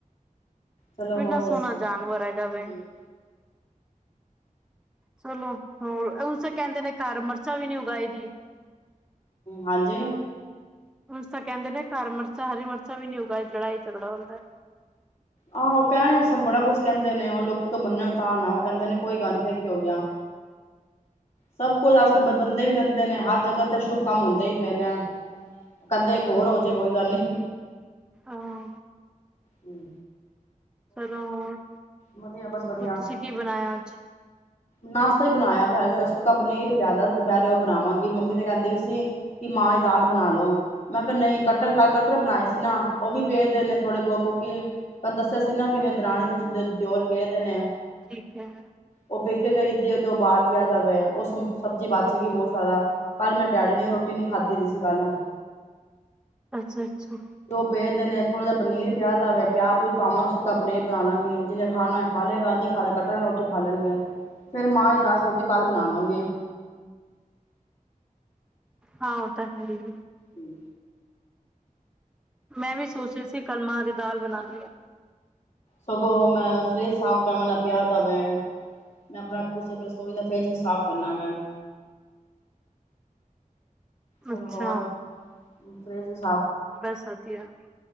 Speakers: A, on the left; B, in the centre.
A: ਚਲੋ
B: ਉਹ
A: ਹੋਰ
B: ਇੰਨਾ
A: ਦੱਸੋ
B: ਸੋਹਣਾ ਜਾਨਵਰ ਹੈਗਾ
A: ਹੂੰ,
B: ਵੇ। ਚਲੋ ਹੋਰ ਉਂਜ ਤੇ ਕਹਿੰਦੇ ਨੇ ਘਰ ਮਿਰਚਾਂ ਵੀ ਨੀ ਉਗਾਈ ਦੀ।
A: ਹਾਂਜੀ?
B: ਉੰਝ ਤਾਂ ਕਹਿੰਦੇ ਨੇ ਹਰ ਮਿਰਚਾਂ, ਹਰੀ ਮਿਰਚਾਂ ਵੀ ਨੀ ਊਗਾ ਲੜਾਈ ਝਗੜਾ ਹੁੰਦਾ।
A: ਆਹੋ ਉਹ ਕਹਿਣ ਬੜਾ ਕੁਝ ਕਹਿੰਦੇ ਨੇ, ਹੁਣ ਲੋਕੀ ਮੰਨਣ ਤਾਂ ਨਾ ਉਹ ਕਹਿੰਦੇ ਨੇ ਕੋਈ ਗੱਲ ਨੀ ਫਿਰ ਕਿ ਹੋ ਗਿਆ। ਸਭ ਕੁਝ
B: ਸਹੀ
A: ਆਜ ਕਲ
B: ਗੱਲ
A: ਬੰਦੇ ਵੀ ਗੰ ਕਿੰਦੇ ਨੇ ਹਰ ਜਗ੍ਹਾ ਤੇ ਸ਼ੁਭ ਕੰਮ ਹੁੰਦੇ ਹੀ ਪਏ ਨੇ ਕਹਦੇ ਇੱਕ ਹੋਰ ਹੋ ਜੇ ਕੋਈ ਗੱਲ ਨੀ।
B: ਆਹ।
A: ਹਮ
B: ਚਲੋ ਹੋਰ
A: ਵਧੀਆ ਬਸ ਵਧੀਆ
B: ਤੁਸੀਂ ਕੀ ਬਣਾਇਆ ਅੱਜ।
A: ਨਾਸ਼ਤਾ ਹੀ ਬਣਾਇਆ ਵ ਸੁੱਕਾ ਪਨੀਰ ਪਿਆਦਾ ਦੁਪਹਿਰੇ ਉਹ ਬਣਾਵਾਂਗੀ ਮੰਮੀ ਤੇ ਕਹਿੰਦੀ ਵੀ ਸੀ ਕਿ ਮਾਂ ਦੀ ਦਾਲ ਬਣਾ ਲੋੋ ਮੈਂ ਕਿਹਾ ਨਹੀਂ ਕਟਰ ਕੱਲ ਕਟਰ ਬਣਾਏ ਸੀ ਨਾ ਉਹ ਵੀ ਪੇਦੇ ਨੇ ਥੋੜੇ ਬਹੁਤ ਕਿਉਂਕਿ ਤੈਨੂੰ ਦੱਸਿਆ ਸੀ ਨਾ ਕਿ ਮੇਰੀ ਦਰਾਣੀ ਦੀ <unintelligible> ਦਿਓਰ ਕਹਿ ਦੇਨ ਆ
B: ਠੀਕ ਹੈ
A: ਉਹ ਪੈ ਕੇ ਗਈਦੀ ਆ ਤੇ ਉਹ ਬਾਹਰ ਗਿਆ ਤਾਂ ਵੈਂ ਉਹ ਸ ਸਬਜ਼ੀ ਬਚ ਗਈ ਬਹੁਤ ਸਾਰਾ ਕੱਲ੍ਹ ਮੇਰੇ ਡੈਡੀ ਨੇ ਵੀ ਰੋਟੀ ਨੀ ਖਾਧੀ ਦੀ ਸੀ ਕੱਲ।
B: ਅੱਛਾ ਅੱਛਾ
A: ਤੇ ਉਹ ਪਏ ਦੇ ਨੇ। ਥੋੜਾ ਜਿਹਾ ਪਨੀਰ ਪਿਆ ਦਾ ਵੇ। ਪਿਆਜ ਪਿਊਜ ਪਾਵਾਂਗੇ ਸੁੱਕਾ ਪਨੀਰ ਬਣਾ ਲਾਂਘੇ ਜਿਨੇ ਖਾਣਾ ਹੈ ਖਾ ਲਏਗਾ ਨੀ ਖਾ ਲ ਕੱਟਣ ਵਾਲ ਰੋਟੀ ਖਾ ਲੈਣਗੇ ਫੇਰ ਮਾਂ ਮਾਂ ਦੀ ਦਾਲ ਸੋਚਦੀ ਕੱਲ ਬਣਾਵਾਂਗੀ।
B: ਹਾਂ ਉਹ ਤਾਂ ਹੈ ਹੀ।
A: ਹਮ
B: ਮੈਂ ਵੀ ਸੋਚਹੀ ਸੀ ਕਲ ਮਾਂ ਦੀ ਦਾਲ ਬਣਾਨੀ ਆ।
A: ਸਗੋਂ ਮੈਂ ਫਰਿਜ ਸਾਫ਼ ਕਰਨ ਵਾਲਾ ਪਿਆ ਦਾ ਵੈ ਮੈਂ ਆਪਣਾ ਰਸੋਈ ਦਾ ਫਰਿੱਜ ਵੀ ਸਾਫ਼ ਕਰਨਾ ਵੈ। ਚੱਲ
B: ਅੱਛਾ
A: ਹੋਰ ਫ <inaudible>
B: ਬਸ ਵਧੀਆ,